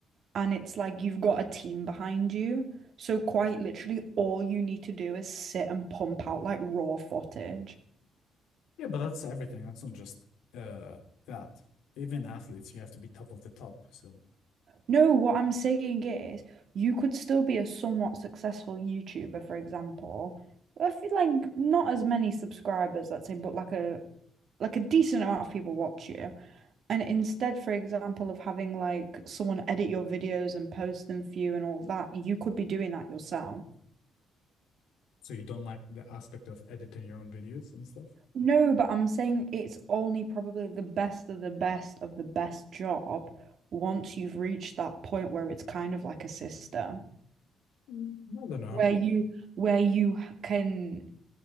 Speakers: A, on the right; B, on the left.
A: and it's like you've got a team behind you. So quite literally all you need to do is sit and pump out like raw footage.
B: Yeah, but that's everything. That's not just uh that. Even athletes, you have to be top of the top. So
A: No, what I'm saying is, you could still be a somewhat successful YouTuber, for example. I feel like not as many subscribers, let's say, but like a like a decent amount of people watch you. And instead, for example, of having like someone edit your videos and post them for you and all that, you could be doing that yourself.
B: So you don't like the aspect of editing your own videos and stuff?
A: No, but I'm saying it's only probably the best of the best of the best job once you've reached that point where it's kind of like a system.
B: Mm, I don't know.
A: Where Yeah. you where you h- can